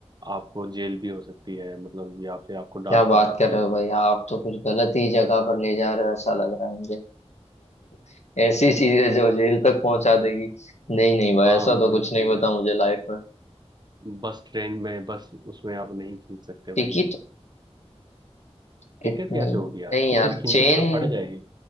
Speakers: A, on the right; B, on the left.
A: आपको जेल भी हो सकती है मतलब या फिर आपको डांट
B: क्या बात
A: पड़ सकती
B: कर रहे हो
A: है
B: भाई आप तो कुछ गलत ही जगह पर ले जा रहे हो ऐसा लग रहा है मुझे <laughs> ऐसी चीजें जो जेल तक पहुंचा देगी नहीं नहीं भाई
A: हाँ
B: ऐसा तो
A: बिल्कुल
B: कुछ नहीं
A: यार
B: पता मुझे लाइफ में
A: बस ट्रेन में बस उसमें आप नहीं खींच सकते भाई
B: टिकट कितनी
A: टिकट कैसे होगी यार
B: नहीं
A: टिकट
B: यार
A: खींचोगे
B: चेन
A: तो फट जाएगी